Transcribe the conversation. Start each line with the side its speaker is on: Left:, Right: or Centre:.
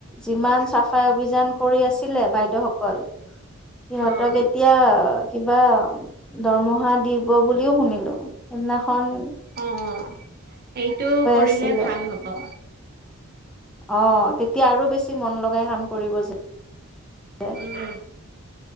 Centre: যিমান চাফাই অভিযান কৰি আছিলে বাইদেউসকল সিহতক
Right: অ',
Centre: এতিয়া কিবা দৰমহা দি শিব বুলিও শুনিলো সিদিনাখন
Right: অ এইেইটো কৰিলে
Centre: আছিলে
Right: ভাল হ'ব
Centre: অ তেতিয়া আৰু বেছি মন লগাই কাম কৰিব যে
Right: উম,